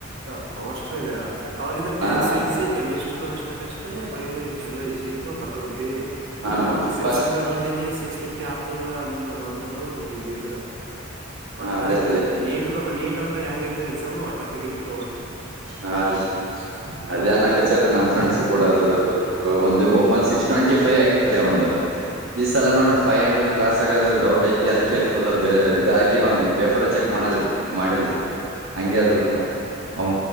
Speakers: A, on the right; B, on the right.
A: ಟಫ ಅವಷ್ಟ ಹೇಳ ಅವಾಗ ಇದ್ರ
B: ಹಾ
A: ಫಿಸಿಕ್ಸ್ಹಿಸಿ
B: ಅದೇ
A: ಕಮಿಸ್ಟ್ರಿನನು ಅಷ್ಟ ಇಷ್ಟಷ್ಟೇ ಬಯೋನು ಇತ್ತು ಚಲೋ ಈಜಿ ಇತ್ತು ಬರೆದು ಬಂದಿವವಿ
B: ಹಾ
A: ಆರಾಮ್ ಸಿಕ್ಸ್
B: ಫಸ್ಟ್
A: ಹಂಡ್ರೆಡ್ ಬರ್ದೀಿನಿ ಸಿಕ್ಸ್ ಫಿಫ್ಟಿ ಟ್ಟಿ ಆತದ ಅಂದ ಬಂದವರು ಇದ್ರ
B: ಹಾ
A: ಒಟ್ಟಾ
B: ಅದೇ
A: ಹಿಂಗ
B: ರೀ
A: ನೀಟ್ ನೀಟ್ ಅಂದ ಹೆಂಗೈತ ಎಕ್ಸಾಮ್ ಒಟ್ಟ ತೆಗಲಿಕ್ಕೆ
B: ಹಾ ರೀ
A: ಹ್ಮ್
B: ಅದಾನ ಕಚರಿರಿ ನಮ್ ಫ್ರೆಂಡ್ಸ್ ಕೂಡ ಒ ಒಬ್ಬನ್ ಸಿಕ್ಸ್ ಟ್ವೆಂಟಿ ಫೈವ್ ಆಗಿತ್ ರರಿ ಒಂದು ಈ ಸಲ ನೋಡ್ರೆ ೈವ್ ಹಂಡ್ರೆಡ್ ಕ್ರಾಸ್ ಆಗೋದು ಡೌಟ್ ಐತು ಅದಕ್ಕೆ ಫುಲ್ ಇದಾಗಿ ಅವ್ನು ಪೇಪರ್ ಚೆಕ್ ಮಾಡಲ್ರರಿ ಮಾಡಿಲ್ರಿ ಹಂಗಗೆ ಅದು ಊಟು ಅವ್